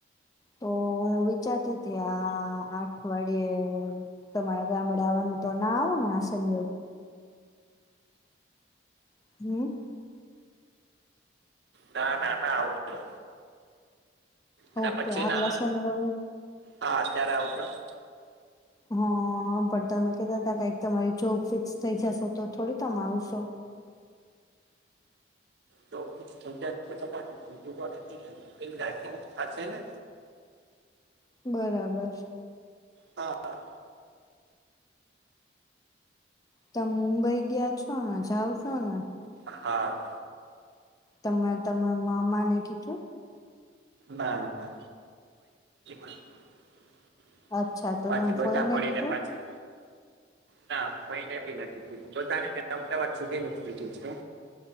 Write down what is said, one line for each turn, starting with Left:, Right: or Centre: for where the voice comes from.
Left: તો હું વિચારતી હતી આ અઠવાડિયે તમારા ગામડે આવવાનું તો ના આવેો ને આસન હમ
Right: ના ના ના આવતી એના
Left: ઓકે
Right: પછીના
Left: આગલા શનિ રવિ
Right: હા અત્યારે આઉટ ઓફ
Left: હ પણ તમે કતા હતા કક તમારી જોબ ફિક્સ થઈ જશે તો થોડી તમે આવશો
Right: તો ટુંાયુક થશે ને
Left: બરાબર
Right: હા હા
Left: તમ મુંબઈ ગયા છો? હા જાવ છો ને?
Right: હા
Left: તમા તમાર મામા ને કીધું?
Right: ના ના <inaudible> <inaudible>
Left: અચ્છા તો
Right: પાછી
Left: તમે
Right: બધા
Left: ફઈને
Right: મળીને
Left: કીધું
Right: પાછા ના કોઈને બી નથી કીધું બધાને મેં અમદાવાદ સુધીનું જ કીધું છે.